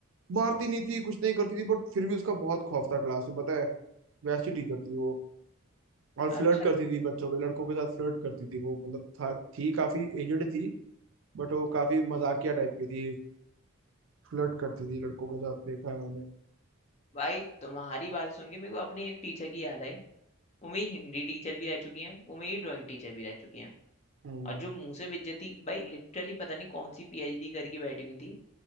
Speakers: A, on the right (about 65°); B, on the left (about 30°).
A: मारती नहीं थी कुछ नहीं करती थी बट फिर भी उसका बहुत खौफ था क्लास में पता है वैसी टीचर थी वो और फ्लर्ट
B: अच्छा
A: करती थी बच्चों के लड़कों के साथ फ्लर्ट करती थी वो मतलब था थी काफी एजड थी बट वो काफी मजाकिया टाइप की थी फ्लर्ट करती थी लड़कों के साथ देखा है मैंने
B: भाई तुम्हारी बात सुन के मेरे को अपनी एक टीचर की याद आई वो मेरी हिंदी टीचर भी रह चुकी हैं वो मेरी ड्राइंग टीचर भी रह चुकी हैं
A: हम्म
B: और जो मुंह से बेइज्जती भाई लिटरली पता नहीं कौन सी पीएचडी करके बैठी हुई थी